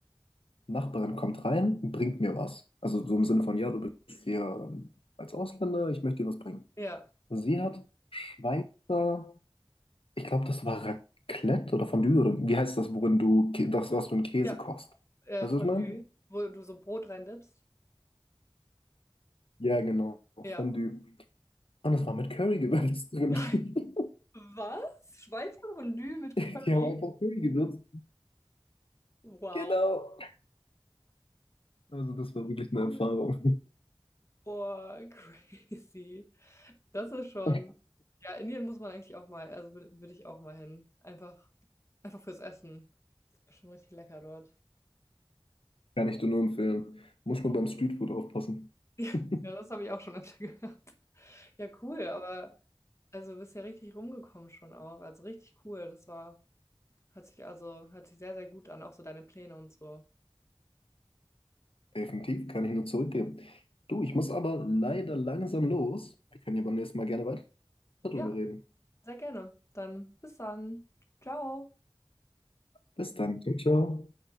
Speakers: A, on the left (about 70°); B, on the left (about 30°).
A: Nachbarin kommt rein, bringt mir was. Also so im Sinne von, ja, du bist hier ähm, als Ausländer, ich möchte dir was bringen.
B: Ja.
A: Und sie hat Schweizer, ich glaube, das war Raclette oder Fondue oder wie heißt das, worin du, Kä- das, was du in Käse
B: Ja.
A: kochst.
B: äh,
A: Weißt
B: Fondue,
A: du, was ich meine?
B: wo du so Brot reindippst.
A: Ja, genau,
B: Ja.
A: Fondue. Und das war mit Curry gewürzt drin.
B: Nein.
A: <laughs>
B: Was? Schweizer Fondue mit Curry?
A: Die haben einfach Curry gewürzt
B: Wow.
A: Genau. Also das war wirklich eine
B: Cool.
A: Erfahrung.
B: Boah, <laughs> crazy. Das ist schon.
A: <laughs>
B: Ja, Indien muss man eigentlich auch mal, also wür- würde ich auch mal hin. Einfach, einfach fürs Essen. Das ist bestimmt richtig lecker dort.
A: Kann ich dir nur empfehlen. Muss man beim Streetfood aufpassen.
B: <laughs>
A: <laughs>
B: Ja, das habe ich auch schon öfter <laughs> gehört. Ja, cool, aber also du bist ja richtig rumgekommen schon auch. Also richtig cool. Das war, hat sich also, hört sich sehr, sehr gut an, auch so deine Pläne und so.
A: Definitiv, kann ich nur zurückgeben. Du, ich muss aber leider langsam los. Wir können ja beim nächsten Mal gerne weiter drüber
B: Ja.
A: reden.
B: Sehr gerne. Dann bis dann. Ciao.
A: Bis dann. Ciao, ciao.